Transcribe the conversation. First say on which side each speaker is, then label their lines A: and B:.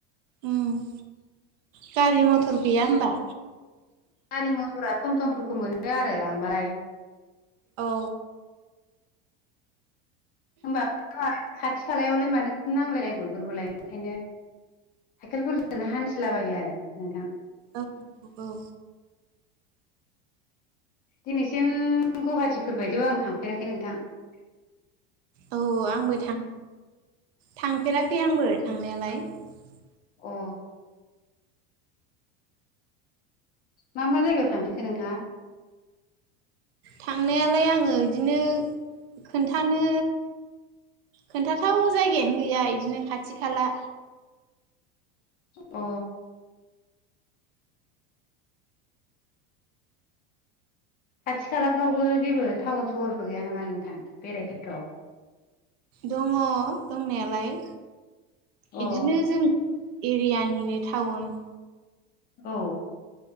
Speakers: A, on the right; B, on the left.
A: उम गारि मथर गैया होमबा?
B: गारि मथरा थम थमफोरखौ मोनो आरो लांबालाय ।
A: औ।
B: होमबा बोथ खाथि खालायावलाय मानो नांलायलायो बेफोरखौलाय ओंखायनो साइखेलफोरजोंनो हान्थिलाबायो आरो नोंथां ।
A: औ औ।
B: दिनैसिम गुवाहाटिफोर बायदियाव आं थांफेराखै नोंथां ।
A: औ आंबो थां थांफेराखै आंबो थांनायालाय ।
B: अ। मा मा जायगायाव थांफेरखो नोंथाङा?
A: थांनायालाय आङो बिदिनो खोन्थानो खोन्थाथाव जायगायानो गैया बिदिनो खाथि खाला
B: अ खाथि खालाफ्रावबो जेबो टाउन सहरबो गैया नामा नोंथां बेरायथावथाव
A: दङ दंनायालाय
B: अ
A: बिदिनो जों एरियानिनो टाउन
B: औ।